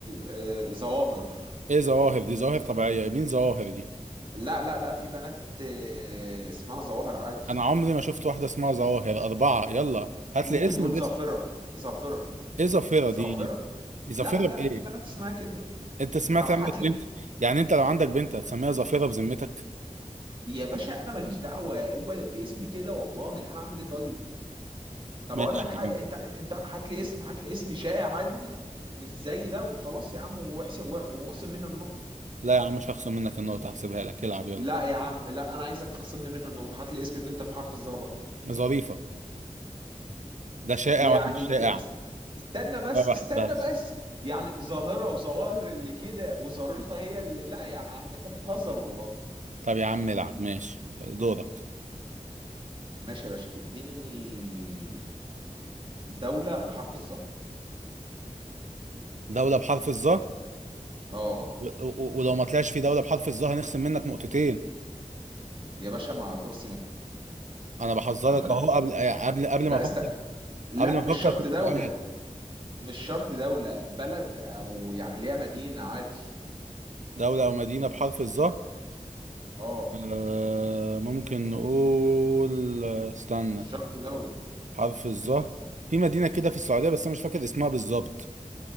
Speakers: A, on the right; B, on the right.
A: آه ظواهر
B: ايه ظواهر دي ظواهر طبيعيه مين ظواهر دي
A: لا لا لا في بنات آه اسمها ظواهر عادي
B: انا عمري ما شفت واحده اسمها ظواهر اربعه يلا هات
A: ممكن
B: لي اسم
A: نقول
B: باسم
A: ظافرة ظافرة
B: ايه ظافره
A: ظافرة
B: دي إيه ظافره
A: لا لا
B: بايه
A: في بنات اسمها كده
B: انت سمعت
A: طب
B: عندك
A: هات
B: بنت
A: لي
B: يعني انت لو عندك بنت هتسميها ظافره بذمتك
A: يا باشا انا ماليش دعوه هو في اسمي كده والله انا اعمل ايه طيب طب
B: ماشي
A: اقول لك حاجه
B: يا عم
A: انت انت هات لي اسم هات لي اسم شائع عادي مش زي ده وخلاص يا عم واحسب واخصم منه النقطه
B: لا يا عم مش هخصم منك النقطه هحسبها لك العب يلا
A: لا يا عم لا انا عايزك تخصم لي منه النقطه هات لي اسم بنت بحرف الظهر بقى
B: ظريفه ده شائع
A: يعني
B: وانا مش
A: انت
B: شائع
A: است- استنى بس
B: فرح
A: استنى
B: بس
A: بس يعني ظاهره وظواهر اللي كده وظريفه هي اللي لا يا عم انت بتهزر والله
B: طب يا عم العب ماشي دورك
A: ماشي يا باشا اديني دولة بحرف الظهر
B: دولة بحرف الظا
A: اه
B: و- و- ولو ما طلعش في دولة بحرف الظا هنخصم منك نقطتين
A: يا باشا ما تخصم
B: انا بحذرك
A: قال لها
B: اهو قبل آه، قبل قبل
A: لا
B: ما افكر
A: است... لا
B: قبل ما افكر
A: مش شرط
B: في السؤال
A: دولة مش شرط دولة بلد او يعني اللي هي مدينة عادي
B: دولة او مدينة بحرف الظا
A: اه
B: آه، ممكن نقول استنى
A: مش شرط دولة
B: حرف الظا في مدينة كده في السعودية بس انا مش فاكر اسمها بالظبط